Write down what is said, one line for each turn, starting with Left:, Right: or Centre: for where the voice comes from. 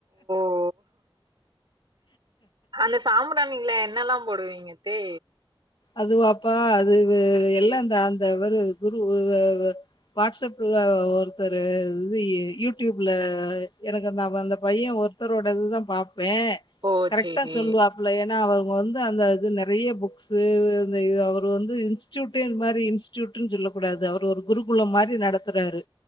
Right: ஓ அந்த சாம்பிராணில என்னல்லா போடுவீங்கத்தே
Left: அதுவாப்பா அது எல்லாந்த அந்த ஒரு <unintelligible> வாட்ஸ்அப்ல ஒருத்தர் இது யூடியூப்ல எனக்கு ந அந்த பைய ஒரு த்தரோட இதுதா பாப்பே
Right: ஓ
Left: கரெக்டா
Right: சேரி
Left: சொல்லுவாப்ல ஏன்னா அவுங்க வந்து அந்த இது நெறைய புக்ஸ் அவர் வந்து இன்ஸ்டியூட் இதுமாரி இன்ஸ்டியூட்னு சொல்லக்கூடாது அவர் ஒரு குருகுலம் மாரி நடத் றாரு